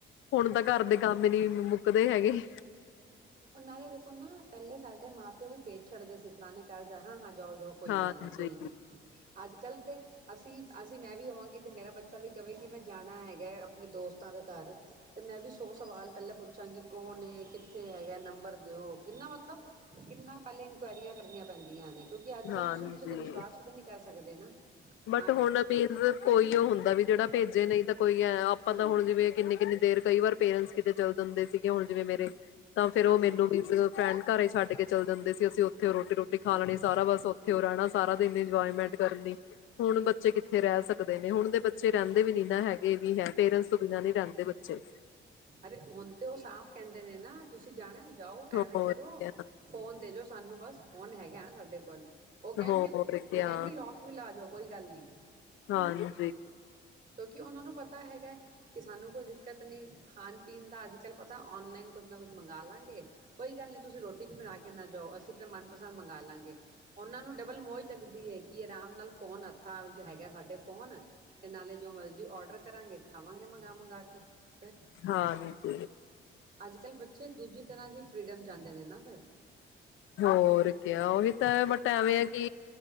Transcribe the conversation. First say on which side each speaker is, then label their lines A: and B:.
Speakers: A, on the left; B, on the right.
A: ਹੁਣ ਤਾਂ ਘਰ ਦੇ ਕੰਮ ਨੀ ਮੁੱਕਦੇ ਹੈਗੇ।
B: ਨਾਲੇ ਦੇਖੋ ਨਾ ਪਹਿਲੇ ਸਾਡੇ ਮਾਂ ਪਿਓ ਵੀ ਪੇਜ ਛੱਡਦੇ ਸੀ ਫਲਾਣੇ ਘਰ ਜਾਣਾ ਹਾਂ ਹਾਂ। ਜਾਓ ਜਾਓ ਕੋਈ
A: ਹਾਂਜੀ,
B: ਗੱਲ ਨੀ ਕੋਈ ਨੀ ਅੱਜ ਕੱਲ ਤੇ ਅਸੀਂ ਅਸੀਂ ਮੈਂ ਵੀ ਆਵਾਂਗੀ ਅਤੇ ਮੇਰਾ ਬੱਚਾ ਵੀ ਕਵੇ ਕਿ ਮੈਂ ਜਾਣਾ ਹੈਗਾ ਆਪਣੇ ਦੋਸਤਾਂ ਦੇ ਘਰ ਅਤੇ ਮੈਂ ਵੀ ਸੋ ਸਵਾਲ ਪਹਿਲਾਂ ਪੁੱਛਾਂਗੀ ਕੌਣ ਕਿਥੇ ਇੱਥੇ ਹੈਗਾ ਨੰਬਰ ਦਿਓ ਕਿੰਨਾ ਮਤਲਬ ਕਿੰਨਾ ਪਹਿਲਲੇ ਇਨਕੁਆਇਰੀਆਂ ਕਰਨੀਆਂ ਪੈਂਦੀਆਂ ਨੇ ਕਿਉਂਕਿ ਅੱਜ ਕੱਲ
A: ਹਾਂਜੀ।
B: ਤੁਸੀਂ ਕਿਸੇ ਤੇ ਵਿਸ਼ਵਾਸ ਵੀ ਤਾਂ ਨਹੀਂ ਕਰ ਸਕਦੇ ਨਾ।
A: ਬਟ
B: ਤਾਂ ਕਰਕੇ
A: ਹੁਣ ਮੀਨਜ ਕੋਈ ਉਹ ਹੁੰਦਾ ਵੀ ਜਿਹੜਾ ਭੇਜੇ ਨਹੀਂ ਤਾਂ ਕੋਈ ਹੈ ਆਪਾਂ ਤਾਂ ਹੁਣ ਜਿਵੇਂ ਕਿੰਨੀ ਕਿੰਨੀ ਦੇਰ ਕਈ ਵਾਰ ਪੇਰੈਂਟਸ ਕਿਤੇ ਚੱਲ ਜਾਂਦੇ ਸੀਗੇ ਹੁਣ ਜਿਵੇਂ ਮੇਰੇ ਤਾਂ ਫੇਰ ਉਹ
B: ਹਾਂਜੀ
A: ਮੈਨੂੰ ਵੀ ਫਰੈਂਡ ਘਰੇ ਛੱਡ ਕੇ ਚੱਲ ਜਾਂਦੇ ਸੀ ਅਸੀਂ ਉੱਥੇ ਰੋਟੀ ਰੋਟੀ ਖਾ ਲੈਣੀ ਸਾਰਾ ਬਸ ਉੱਥੇ ਰਹਿਣਾ ਸਾਰਾ ਦਿਨ ਇੰਜੋਏਮੈਂਟ ਕਰਨੀ ਹੁਣ ਬੱਚੇ ਕਿੱਥੇ ਰਹਿ ਸਕਦੇ ਨੇ ਹੁਣ ਦੇ ਬੱਚੇ ਰਹਿੰਦੇ ਵੀ ਨੀ ਨਾ ਹੈਗੇ ਵੀ ਹੈ ਪੇਰੈਂਟਸ ਤੋਂ ਬਿਨਾਂ ਨੀ ਰਹਿੰਦੇ ਬੱਚੇ
B: ਅਰੇ ਹੁਣ ਤੇ ਉਹ ਸਾਫ਼ ਕਹਿੰਦੇ ਨੇ ਨਾ ਤੁਸੀਂ ਜਾਣਾ ਜਾਓ
A: ਹੋਰ
B: ਐਵੇਂ ਕਰੋ
A: ਕਿਆ,
B: ਫੋਨ ਦੇਜੋ ਸਾਨੂੰ ਬਸ ਫੋਨ ਹੈਗਾ ਨਾ ਸਾਡੇ ਕੋਲ ਉਹ ਕਹਿਣਗੇ
A: ਹੋਰ ਕਿਆ
B: ਉਹ ਕਹਿਣਗੇ ਲੌਕ ਵੀ ਲਾ ਜਾਓ ਕੋਈ ਗੱਲ ਨੀ
A: ਹਾਂਜੀ,
B: ਕਿਉਂਕਿ ਉਹਨਾਂ ਨੂੰ ਪਤਾ ਹੈਗਾ ਕਿ ਸਾਨੂੰ ਕੋਈ ਦਿੱਕਤ ਨੀ ਖਾਣ ਪੀਣ ਦਾ ਅੱਜ ਕੱਲ ਪਤਾ ਔਨਲਾਈਨ ਕੁਛ ਨਾ ਕੁਛ ਮੰਗ ਲਾਂਗੇ ਕੋਈ ਗੱਲ ਨੀ ਤੁਸੀਂ ਰੋਟੀ ਵੀ ਬਣਾ ਕੇ ਨਾ ਜਾਓ ਅਸੀਂ ਆਪਣਾ ਮਨਪਸੰਦ ਮੰਗਗਾ ਲਵਾਂਗੇ ਉਹਨਾਂ ਨੂੰ ਡਬਲ ਮੋਜ ਲੱਗਦੀ ਹੈ, ਕਿ ਆਰਾਮ ਨਾਲ ਫੋਨ ਹੱਥਾਂ ਵਿੱਚ ਹੈਗਾ ਸਾਡੇ ਫੋਨ ਤੇ ਨਾਲੇ ਜੋ ਮਰਜ਼ੀ ਔਡਰ ਕਰਾਂਗੇ ਖਾਵਾਂਗੇ ਮੰਗਾ, ਮੰਗਾ ਕੇ। ਫਿਰ
A: ਹਾਂ ਠੀਕ
B: ਅੱਜ ਕੱਲ ਬੱਚੇ ਦੂਜੀ ਤਰ੍ਹਾਂ ਦੀ ਫੀਡਮ ਚ ਆਦੇ ਨੇ ਨਾ ਫਿਰ
A: ਹੋਰ ਕਿਆ ਉਹੀ ਤਾਂ ਬਟ ਐਵੇਂ ਆ ਕਿ